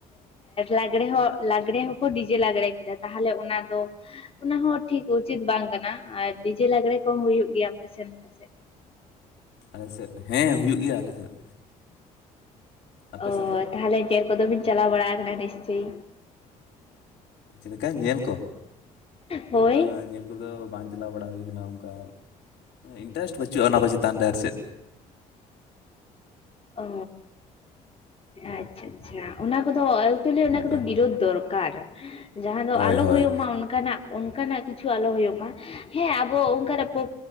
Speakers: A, on the left (about 30°); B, on the left (about 65°).
A: ᱞᱟᱜᱽᱬᱮ ᱦᱚᱸ ᱞᱟᱜᱽᱬᱮ ᱦᱚᱸᱠᱚ ᱰᱤᱡᱮ ᱞᱟᱜᱽᱬᱮ ᱠᱮᱫᱟ ᱛᱟᱦᱞᱮ ᱚᱱᱟ ᱫᱚ ᱚᱱᱟᱦ ᱴᱷᱤᱠ ᱩᱪᱤᱛ ᱵᱟᱝ ᱠᱟᱱᱟ ᱟᱨ ᱰᱤᱡᱮ ᱞᱟᱜᱽᱲᱮ ᱠᱚᱦᱚᱸ ᱦᱩᱭᱩᱜ ᱜᱮᱭᱟ ᱟᱯ ᱥᱮᱱ ᱯᱟᱥᱮᱡ
B: ᱟᱞᱮ ᱥᱮᱫ ᱦᱮᱸ ᱦᱩᱭᱩᱜ ᱜᱮᱭᱟ ᱟᱞᱮ ᱥᱮᱫ ᱟᱯᱮ
A: ᱚ
B: ᱥᱮᱫ ᱫᱚ
A: ᱛᱟᱦᱚᱞᱮ ᱡᱮᱨ ᱠᱚᱫᱚ ᱵᱤᱱ ᱪᱟᱞᱟᱣ ᱵᱟᱲᱟ ᱟᱠᱟᱱᱟ ᱱᱤᱥᱪᱮᱭ
B: ᱪᱮᱫ ᱞᱮᱠᱟ ᱧᱮᱞ ᱠᱚ
A: ᱦᱳᱭ
B: ᱵᱟᱝ-ᱟ ᱧᱮᱞ ᱠᱚ ᱠᱚᱫᱚ ᱵᱟᱝ ᱪᱟᱞᱟᱣ ᱵᱟᱲᱟ ᱦᱩᱭ ᱟᱠᱟᱱᱟ ᱚᱱᱠᱟ ᱤᱱᱴᱟᱨᱮᱥᱴ ᱵᱟᱹᱪᱩᱜ-ᱟ ᱚᱱᱟ ᱠᱚ ᱪᱮᱛᱟᱱ ᱨᱮ ᱟᱨ ᱪᱮᱫ
A: ᱚ ᱟᱪᱷᱟ ᱟᱪᱷᱟ ᱚᱱᱟ ᱠᱚᱫᱚ ᱮᱠᱪᱩᱞᱤ ᱚᱱᱟ ᱠᱚᱫᱚ
B: ᱦᱳᱭ
A: ᱵᱤᱨᱚᱫᱷ ᱫᱚᱨᱠᱟᱨ ᱡᱟᱦᱟᱸ ᱫᱚ
B: ᱦᱳᱭ
A: ᱟᱞᱚ
B: ᱦᱳᱭ
A: ᱦᱩᱭᱩᱜ ᱢᱟ ᱚᱱᱠᱟᱱᱟᱜ ᱚᱱᱠᱟᱱᱟᱜ ᱠᱤᱪᱷᱩ ᱟᱞᱚ ᱦᱩᱭᱩᱜ ᱢᱟ ᱦᱮᱸ ᱟᱵᱚ ᱚᱱᱠᱟᱱᱟᱜ